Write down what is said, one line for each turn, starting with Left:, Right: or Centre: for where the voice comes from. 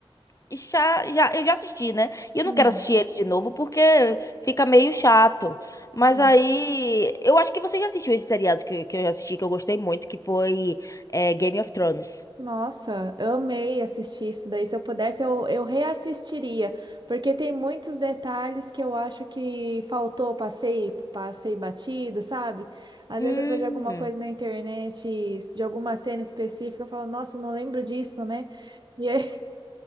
Left: já, já, eu já assisti, né? E eu
Right: Hum,
Left: não quero assistir ele de novo porque fica meio chato. Mas
Right: sim.
Left: aí, eu acho que você já assistiu esse seriado que, que eu já assisti, que eu gostei muito, que foi é Game of Thrones.
Right: Nossa, eu amei assistir isso daí. Se eu pudesse, eu, eu reassistiria, porque tem muitos detalhes que eu acho que faltou, passei, passei batido, sabe? Às
Left: Hum.
Right: vezes eu vejo alguma coisa na internet de alguma cena específica, eu falo, nossa, eu não lembro disso, né? E aí